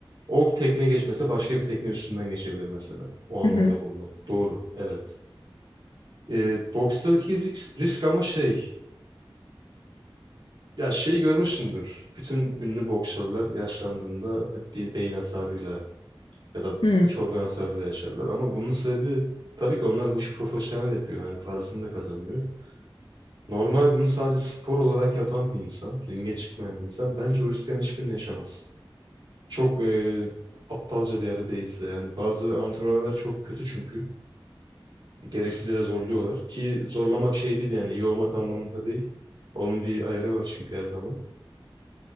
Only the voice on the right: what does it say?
O tekne geçmese başka bir tekne üstünden geçebilir mesela. O an
orada
bulunan. Doğru. Evet. E, bokstaki risk, risk ama şey... Ya şey görmüşsündür. Bütün ünlü boksörler yaşlandığında hep bir beyin hasarıyla ya da
iç organ hasarıyla yaşarlar. Ama bunun sebebi tabii ki onlar bu işi profesyonel yapıyor. Hani parasını da kazanıyor. Normal bunu sadece spor olarak yapan bir insan, ringe çıkmayan bir insan bence o risklerin hiçbirini yaşamaz. Çok e, aptalca bir yerde değilse yani bazı antrenörler çok kötü çünkü. Gereksiz yere zorluyorlar ki zorlamak şey değil yani iyi olmak anlamında değil. Onun bir ayarı var çünkü her zaman.